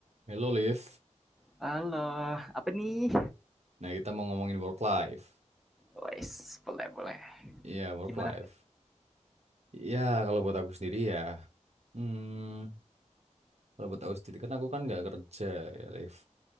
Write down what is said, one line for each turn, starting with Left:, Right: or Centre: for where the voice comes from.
Right: Hello Liv,
Centre: Halo, apa nih?
Right: nah kita mau ngomongin work life.
Centre: Wes, boleh boleh.
Right: Iya work
Centre: Gimana?
Right: life. Iya kalau buat aku sendiri ya, hmm, kalau buat aku sendiri kan aku kan nggak kerja ya Liv.